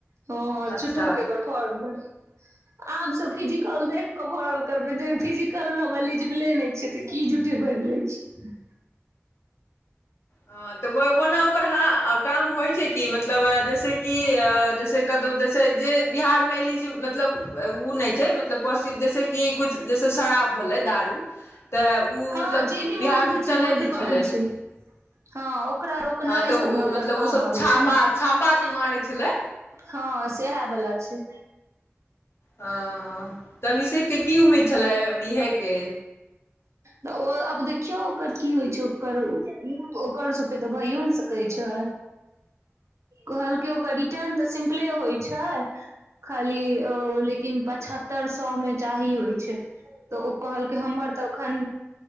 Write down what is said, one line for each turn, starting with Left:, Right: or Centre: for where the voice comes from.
Right: ह
Left: अच्छा
Right: झूठो के तखन, आब सब फिजी कल देख भरल करबै फिजिकल मे हम एलिजिबले नहि छियै तऽ की झूठे भरि ले छिय।
Left: ह, तऽ ओना ओकर ह काम होइ छै कि मतलब, जैसे कि जैसे, कतहु, जैसे जे बिहारमे, एल मतलब, ओ नहि छै, मतलब, पसि जैसेक किछु, जैसे शराब भेलै। दारू तऽ ओ
Right: हँ
Left: मतलब
Right: जे भी
Left: बिहारमे
Right: मध छै,
Left: चलै
Right: मध्यपान
Left: नहि छलै
Right: छै। हँ ओकरा, रोकनाई
Left: हँ तऽ
Right: सबमे,
Left: ओ
Right: ओकर
Left: मतलब
Right: काम
Left: ओसभ
Right: आबै
Left: छापा
Right: छैला
Left: छापा जे मारै छलै
Right: हँ सएह बला छै।
Left: ह हँ तनी सितीक की उम्मीद। छलै अबेरी होई के
Right: तऽ ओ आब देखियौ, ओकर की होइ छै, ओकर ओकर सबके तऽ भइयो ने सकैत छै, कहलके ओकर रिटर्न तऽ सिम्पले होइ छै, खाली लेकिन पचहत्तर सए मे चाही होइ छै। तऽ ओ कहलकै, हमर तऽ एखन